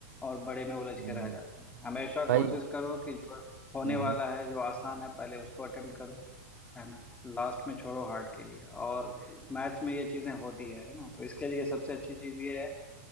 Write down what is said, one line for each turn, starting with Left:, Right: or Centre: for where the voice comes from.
Left: और बड़े में उलझ
Right: हम्म,
Left: के रह जाते हैं हमेशा
Right: भाई
Left: कोशिश करो कि जो होने
Right: हम्म
Left: वाला है जो आसान है पहले उसको अटेम्प्ट करो है ना लास्ट में छोड़ो हार्ड के लिए और मैथ्स में ये चीजें होती है है ना तो इसके लिए सबसे अच्छी चीज ये है